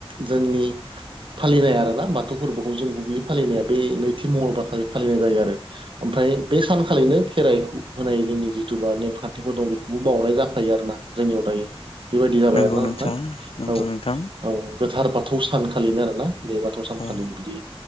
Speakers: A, on the right (about 55°); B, on the left (about 65°).
A: जोंनि, फालिनाय आरो ना बाथौ फोरबोखौ जों गुबैयै फालिनाया बे नैथि मंगलबारखालि फालिनाय जायो आरो ओमफ्राय बे सानखालिनो खेराइ होनाय जोंनि जिथुुबा नेमखान्थिफोर दं बेखौबो बावनाय जाफायो आरो ना। जोंनियाव थायो बेबायदि जाबाय
B: नंगौ
A: आरोना नोंथां
B: नंगौ नोंथां
A: औ औ गोथार बाथौ सानखालिनो आरोना बे बाथौ सानखालि
B: औ
A: बिदि